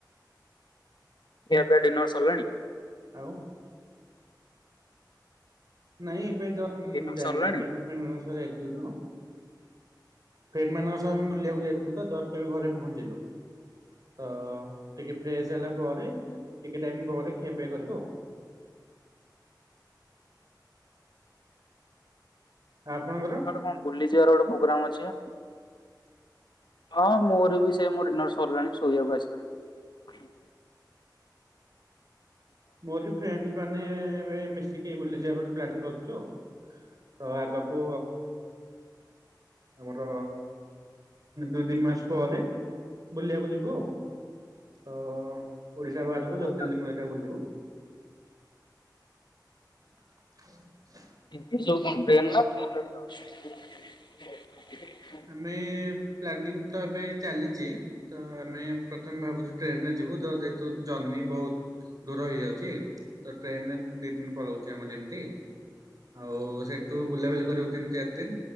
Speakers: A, on the left; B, on the right.
A: ଖିଆପିଆ ଡିନର୍ ସରିଲାଣି?
B: ଆଉ। ନାଇଁ ଏବେ ଜ ମାର୍କେଟ
A: ଡିନର ସରିଲାଣି?
B: ବୁକପାଇଁ ମ୍ୟାମ ଙ୍କ ସହ ଯାଇଥିଲି ତ ଫ୍ରେଣ୍ଡ ମାନଙ୍କ ସହଆମେ ବି ବୁଲିବାକୁ ଯାଇଥିଲୁ ତଜଷ୍ଟ ଏବେ ଘରେ ପହଞ୍ଚିଲୁ। ତ ଟିକେ ଫ୍ରେେଶ ହେଲା ପରେ ଟିକେ ଟାଇମ୍ ପରେ ଖିଆପିଆ କରିବୁ ଆଉ। ଆପଣଙ୍କର?
A: କୁଆଡେ କଣ ବୁଲିଜିବାର ଗୋଟେ ପୋଗ୍ରାମ ଅଛି ହଁ ମୋର ବି ସେ ମୁଁ ଡିନର ସା ସରିଲାଣି ଶୋଇବାକୁ ଆସିଲି।
B: ମୋରବି ଫ୍ରେଣ୍ଡସ ମାନେ ଏବେ ମିଶିକି ଟିକେ ବୁଲିଯିବାକୁ ଗୋଟେ ପ୍ଲାନିଂ କରଛୁ ଆଉ ତ ଆଗକୁ ଆମର ଦୁଇ ତିନି ମାସ ପରେ ବୁଲିବାକୁ ଯିବୁ ଆଉ ତ ଓଡିଶା ବାହାରକୁ
A: ଟ୍ରେନ
B: ଜୋତିର୍ଲିଙ୍ଗ ହେଟା ବୁଲିବୁ। ହୁଁ
A: <inaudible> ହଁ
B: ଆମେ ପ୍ଲାନିଂ ତ ଏବେ ଚାଲିଛି। ତ ଆମେ ପ୍ରଥମେ ଭାବୁଛୁ ଟ୍ରେନରେ ଯିବୁ ତ ଯେହେତୁ ଜର୍ଣ୍ଣିି ବହୁତ ଦୂର ହେଇଯାଉଛି ତି ଟ୍ରେନରେ ଦି ଦିନି ପଳଉଚି ଆମର ଏମିତି। ଆଉ ସେଠୁ ବୁଲାବୁଲି କରିବୁ ତିନି, ଚାରି ଦିନ।